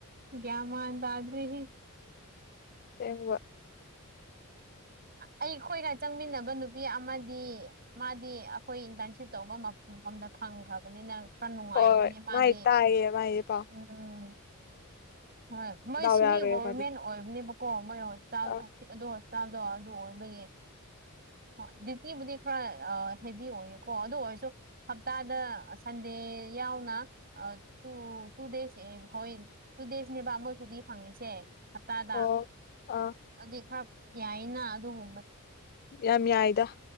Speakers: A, on the right; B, on the left.
A: ꯒ꯭ꯌꯥꯟ ꯃꯥꯟ ꯇꯗ꯭ꯔꯤꯍꯤ
B: ꯁꯦꯡꯕ <inaudible>
A: ꯑꯩꯈꯣꯏꯒ ꯆꯪꯃꯤꯟꯅꯕ ꯅꯨꯄꯤ ꯑꯃꯗꯤ ꯃꯥꯗꯤ ꯑꯩꯈꯣꯏ ꯏꯟꯇꯔꯟꯁꯤꯞ ꯇꯧꯕ ꯃ ꯃꯐꯝꯗ ꯐꯪ ꯐꯪꯈ꯭ꯔꯕꯅꯤꯅ ꯈꯔ ꯅꯨꯡꯉꯥꯏꯔꯤꯅꯦ
B: ꯍꯣꯏ
A: ꯃꯥꯗꯤ
B: ꯃꯥꯏ ꯇꯥꯏꯌꯦ ꯃꯥꯏꯁꯦ ꯄꯥꯎ
A: ꯎꯝ ꯍꯣꯏ ꯃꯣꯏ
B: ꯗꯥꯎ
A: ꯁꯤꯃꯤ
B: ꯌꯥꯈ꯭ꯔꯦ
A: ꯒꯣꯕꯔꯃꯦꯟ
B: ꯃꯥꯗꯤ
A: ꯑꯣꯏꯕꯅꯦꯕꯀꯣ ꯃꯣꯏ ꯍꯣꯁꯄꯤꯇꯥꯜ
B: ꯑꯥ
A: ꯑꯗꯨ ꯍꯣꯁꯄꯤꯇꯥꯜꯗꯣ ꯗꯨ ꯑꯣꯏꯕꯒꯤ ꯍꯣꯢ ꯗ꯭ꯌꯨꯇꯤꯕꯨꯗꯤ ꯈꯔ ꯑꯥ ꯍꯦꯚꯤ ꯑꯣꯏꯌꯦꯀꯣ ꯑꯗꯨ ꯑꯣꯏꯔꯁꯨ ꯍꯞꯇꯥꯗ ꯑꯥ ꯁꯟꯗꯦ ꯇꯤ ꯌꯥꯎꯅ ꯑꯥ ꯇꯨ ꯇꯨ ꯗꯦꯁ ꯑꯦꯝ ꯍꯣꯏ ꯇꯨ ꯗꯦꯁꯅꯦꯕ ꯃꯣꯏ ꯁꯨꯇꯤ ꯐꯪꯉ ꯁꯦ ꯍꯞꯇꯥꯗ
B: ꯑꯣ ꯑꯥ
A: ꯑꯗꯨ ꯈꯔ ꯌꯥꯏꯅ ꯑꯗꯨꯒꯨ
B: ꯌꯥꯝ ꯌꯥꯏꯗ